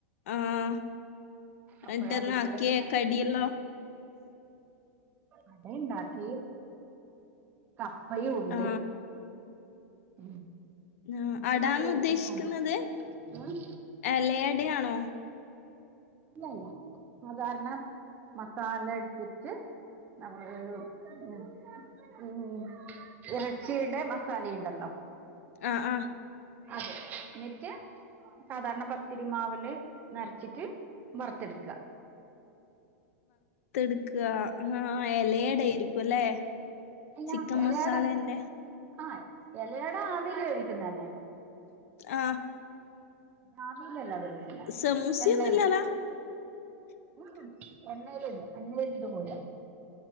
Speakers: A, on the left; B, on the right.
A: ആഹ്
B: അപ്പഴ
A: എൻട്ടന്നാ
B: അതിന്റെതൊക്കെ
A: ആക്കേ
B: ഇങ്ങനെ
A: കടിയല്ലോ
B: അട ഇണ്ടാക്കി, കപ്പയും ഉണ്ട്
A: ആ
B: ഹ്
A: ആ,
B: എനിക്ക്
A: അടാന്ന്
B: മാത്രള്ളു
A: ഉദ്ദേശിക്കുന്നത്
B: നോമ്പ് ഏഹ്
A: ഇലയടയാണോ
B: അല്ലല്ല സാധാരണ മസാല എട്ത്തിട്ട് നമ്മള് ഉം ഉം ഇറച്ചിയുടെ മസാലയുണ്ടല്ലോ
A: ആഹ് ആഹ്
B: അതെ ന്നിറ്റ് സാധാരണ പത്തിരിമാവ് ല് നെർച്ചിട്ട് വർത്തെട്ക്ക
A: ത്ത്ട്ക്ക ഹേ ഹേ എലടെയിരിക്കും അല്ലേ
B: അല്ല
A: ചിക്കൻ
B: എലെട
A: മസാലേന്റെ
B: ആഹ് എലെട ആവില് വെവിക്കുന്നല്ലേ
A: ആഹ്
B: ആവിയിലല്ല വെവിക്കുന്നെ
A: സമൂസയൊന്നുമില്ലല്ലോ
B: എണ്ണേല് ഉം എണ്ണേല് ഇടാ എണ്ണേല് ഇട്ടിട്ട് കോരാ